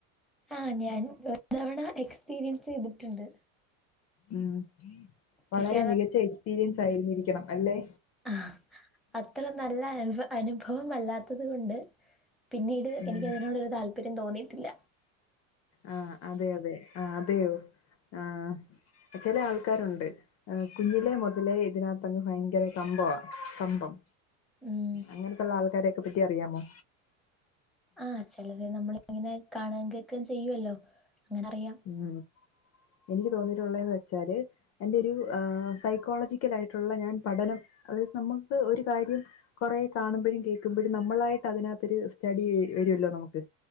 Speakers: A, in the centre; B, on the left.
A: ആ ഞാൻ ഒരു തവണ എക്സ്പീരിയൻസ് ചെയ്തിട്ടുണ്ട്.
B: ഉം വളരെ
A: പക്ഷെ
B: മികച്ച എക്സ്പീരിയൻസ് ആയിരുന്നിരിക്കണം. അല്ലേ
A: ആ അത്ര നല്ല അനുഫ അനുഭവം മല്ലാത്തത് കൊണ്ട് പിന്നീട്
B: ഉം
A: എനിക്കതിനോടൊരു താല്പര്യം തോന്നിയിട്ടില്ല.
B: ആ അതെ അതെ. ആ അതെയോ? ആ ചില ആൾക്കാരുണ്ട്. ഏ കുഞ്ഞിലേ മൊതലേ ഇതിനകത്തങ്ങ് ഭയങ്കര കമ്പവാ. കമ്പം.
A: ഉം
B: അങ്ങനത്തുള്ള ആൾക്കാരെയൊക്കെ പറ്റി അറിയാമോ?
A: ആ ചെലത് നമ്മൾ ഇങ്ങനെ കാണ്യേം കേക്കേം ചെയ്യുവല്ലോ. അങ്ങനെ അറിയാം
B: മ്മ് എനിക്ക് തോന്നിയിട്ടുള്ളേന്ന് വെച്ചാല് എന്റെ ഒരു ആ സൈക്കോളജിക്കലായിട്ടുള്ള ഞാൻ പഠനം അതായത് നമ്മുക്ക് ഒരു കാര്യം കൊറെ കാണുമ്പോൾ മ്പഴും കേക്കുമ്പോഴും നമ്മളായിട്ട് അതിനകത്തൊരു സ്റ്റഡി വരുല്ലോ നമുക്ക്